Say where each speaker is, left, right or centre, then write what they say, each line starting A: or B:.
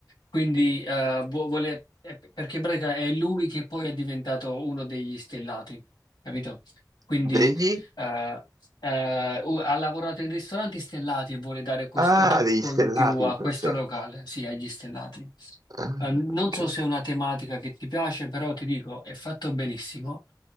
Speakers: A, on the left; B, on the right.
A: Quindi eh, vu- vuole, eh, perché in pratica è lui che poi è diventato uno degli stellati, capito? Quindi
B: Degli?
A: eh, eh, u- ha lavorato in ristoranti stellati e vuole dare questo
B: Ah,
A: tocco
B: degli stellati
A: in più a
B: in quel
A: questo
B: senso.
A: locale, sì, agli stellati.
B: Ah,
A: Eh, non
B: ok.
A: so se è una tematica che ti piace, però ti dico, è fatto benissimo,